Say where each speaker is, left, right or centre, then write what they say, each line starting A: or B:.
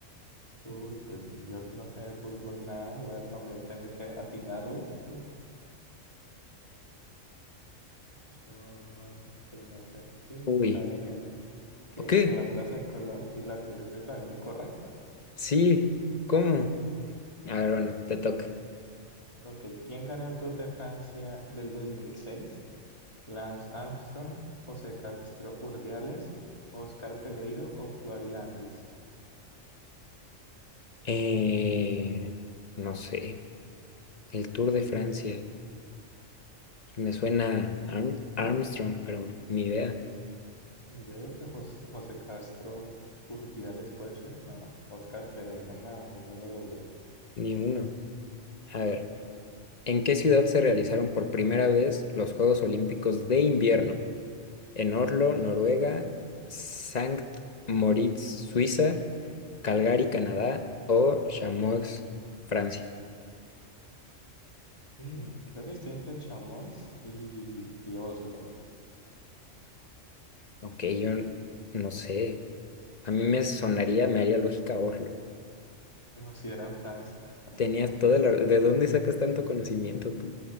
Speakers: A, on the left; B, on the left.
A: Uy, pues yo que no sé de fútbol nada, voy a también tener que atinarle. Uh, ah, sí, no sé. Sí,
B: Uy.
A: sabía que era. que
B: ¿Ok?
A: la Plaza de Colón y la tuviste también incorrecta.
B: Sí. ¿Cómo? A ver, bueno, te toca.
A: Ok, ¿quién ganó el Tour de Francia del 2006? ¿Lance Armstrong, José Castro Urdiales, Oscar Pereiro o Floyd Landis?
B: Eh,
A: Mm,
B: no sé. El Tour de Francia. Me suena Arm- Armstrong, pero ni idea.
A: Yo digo que Jos- José Castro Urdiales puede ser, no, Oscar Pereiro, nada, ninguno de los dos.
B: Ni uno. A
A: No,
B: ver,
A: no.
B: ¿en qué ciudad se realizaron por primera vez los Juegos Olímpicos de invierno? En Oslo, Noruega, Sankt Moritz, Suiza, Calgary, Canadá o Chamonix, Francia.
A: Mm, creo que estoy entre Chamois y, y Oslo.
B: Ok, yo n- no sé. A mí me sonaría, me haría lógica Oslo.
A: No, si era en Francia. <laughs>
B: Tenías toda la... ¿De dónde sacas tanto conocimiento tú?